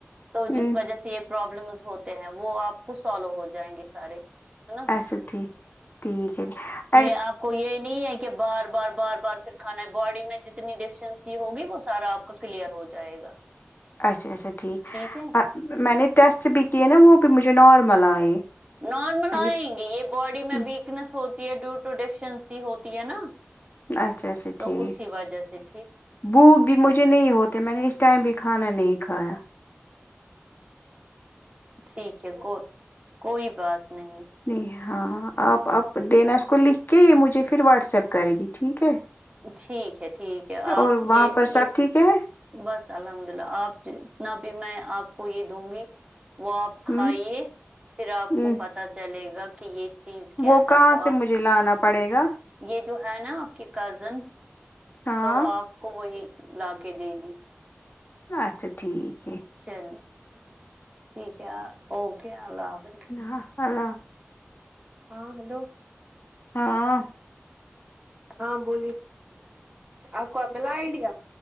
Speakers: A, on the right; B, on the left.
A: تو
B: ہم،
A: جس وجہ سے یہ پرابلمس ہوتے ہیں وہ آپ کو سالو ہو جائیں گے سارے نا
B: ایچسا ٹھیک ٹھیک ہے جی
A: یہ آپ کو یہ نہیں ہے کہ بار بار بار بار پھر کھانا باڈی میں جتنی ڈیفیشنسی ہوگی وہ سارا آپ کا کلیئر ہو جائے گا
B: اچھا اچا ٹھیک
A: ٹھیک ہے
B: میں نے ٹیسٹ بھی کیے نا وہ بھی مجھے نارمل آئے
A: نارمل
B: میں
A: آئیں
B: نے
A: گی یہ باڈی میں
B: ہم،
A: ویکنیس ہوتی ہے ڈیو ٹو ڈیفیشنسی ہوتی ہے نا
B: اچھا اچھا
A: تو
B: ٹھیک
A: اسی وجہ سے ٹھیک
B: بھوک بھی مجھے نہیں ہوتے میں نے اس ٹائم بھی کھانا نہیں کھایا
A: ٹھیک ہے کو کوئی بات نہیں
B: نہیں ہاں آپ اب دینا اس کو لکھ کے یہ مجھے پھر واٹس ایپ کرے گی ٹھیک ہے
A: ٹھیک ہے ٹھیک ہے آپ
B: اور وہاں
A: یہ
B: پر سب
A: یہ
B: ٹھیک ہے
A: بس الحمد للہ آپ جتنا بھی میں آپ کو یہ دوں گی وہ آپ
B: ہ
A: کھائیے پھر آپ
B: ہ
A: کو پتا چلے گا کہ یہ چیز کیا
B: وہ
A: ہے
B: کہاں
A: تو آپ
B: سے مجھے
A: کو
B: لانا پڑے گا
A: یہ جو ہے نا آپ کی کزن
B: ہاں
A: تو آپ کو وہی لا کے دے گی
B: اچھا ٹھیک ہے
A: چلے ٹھیک ہے اوکے اللہ حافظ
B: ہ اللہ
A: ہاں ہلو
B: ہاں
A: ہاں بولیے آپ کو ملا آئیڈیا